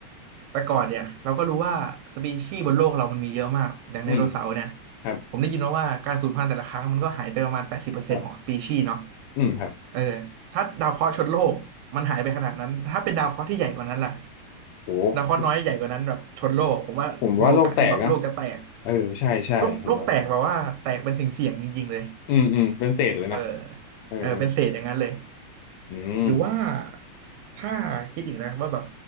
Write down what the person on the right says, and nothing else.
แต่ก่อนเนี่ยเราก็รู้ว่าสปีชีส์บนโลกเรามันมีเยอะมากอย่างไดโนเสาร์เนี่ย
ผมได้ยินมาว่าการสูญพันธุ์แต่ละครั้งมันก็หายไปประมาณแปดสิบเปอร์เซ็นต์ของสปีชีส์เนาะ
เออถ้าดาวเคราะห์ชนโลกมันหายไปขนาดนั้นถ้าเป็นดาวเคราะห์ที่ใหญ่กว่านั้นล่ะ
ดาวเคราะห์น้อยใหญ่กว่านั้นแบบชนโลกผมว่ามีโอกาสที่แบบโลกจะแตก
โลกโลกแตกแบบว่าแตกเป็นสิ่งเสี่ยงๆจริงๆเลย
เออ
เออเป็นเศษอย่างนั้นเลย
หรือว่าถ้าคิดอีกนะว่าแบบ